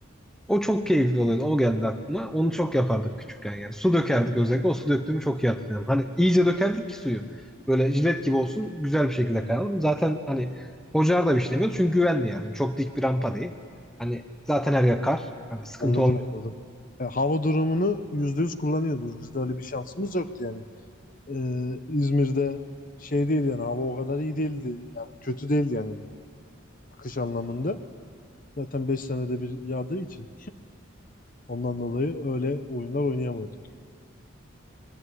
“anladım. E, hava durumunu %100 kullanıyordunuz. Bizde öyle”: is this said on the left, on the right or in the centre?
Left